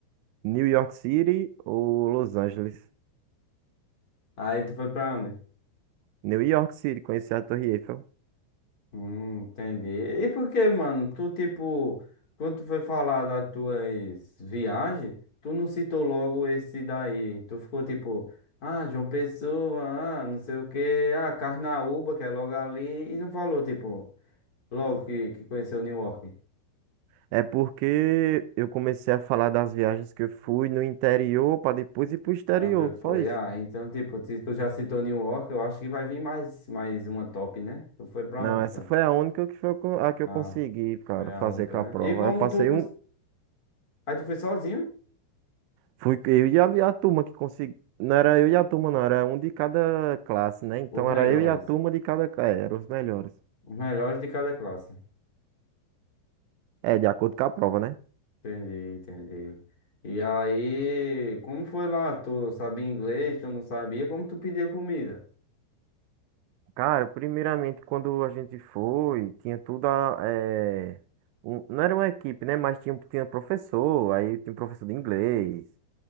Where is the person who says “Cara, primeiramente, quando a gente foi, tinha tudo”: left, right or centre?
Right